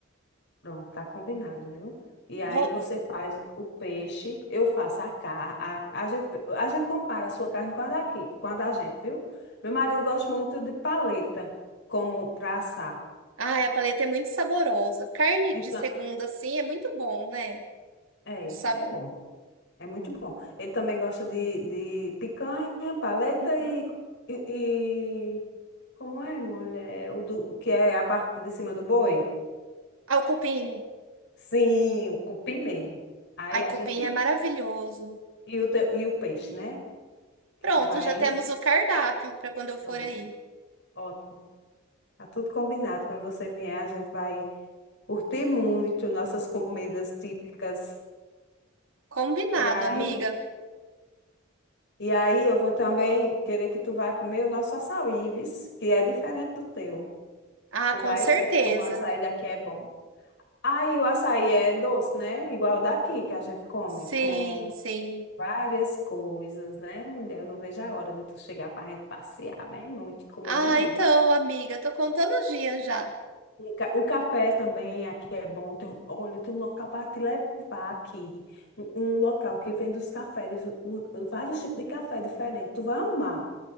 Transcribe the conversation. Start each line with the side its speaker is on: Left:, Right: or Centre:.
Left: Pronto, tá combinado, viu? E aí
Right: Vou...
Left: você faz o peixe, eu faço a carne. A, a gente, a gente compara a sua carne com a daqui, com a da gente, viu? Meu marido gosta muito de paleta, como para assar.
Right: Ai, a paleta é muito saborosa. Carne
Left: Então,
Right: de segunda, assim, é muito bom, né?
Left: é,
Right: O sabor.
Left: é bom, é muito bom. Ele também gosta de, de picanha, paleta
Right: Uhum.
Left: e, e, e- Como é, mulher? O do, que é a parte de cima do boi?
Right: Ah, o cupim.
Left: Sim, o cupim mesmo. Aí
Right: Ai,
Left: a
Right: cupim
Left: gente
Right: é maravilhoso.
Left: E o, teu- e o peixe, né? Que
Right: Pronto,
Left: tu vai.
Right: já temos o cardápio para quando eu
Left: Pronto,
Right: for aí.
Left: ótimo. Tá tudo combinado. Quando você vier, a gente vai curtir muito nossas comidas típicas.
Right: Combinado,
Left: E aí,
Right: amiga.
Left: e aí eu vou também querer que tu vá comer o nosso açaí, vis, que é diferente do teu.
Right: Ah,
Left: Tu
Right: com
Left: vai
Right: certeza.
Left: ver como o açaí daqui é bom. Aí o açaí é doce, né? Igual daqui, que a gente come
Right: Sim,
Left: com
Right: sim.
Left: várias coisas, né, mulher? Eu não vejo a hora de tu chegar pra gente passear bem muito e comer
Right: Ah,
Left: bem muito.
Right: então, amiga, tô contando os dias já.
Left: E ca- O café também aqui é bom. Tem, um- olha, tem um local para te levar aqui. Um, um local que vende os cafés, o- o- vários tipos de café diferentes. Tu vai amar,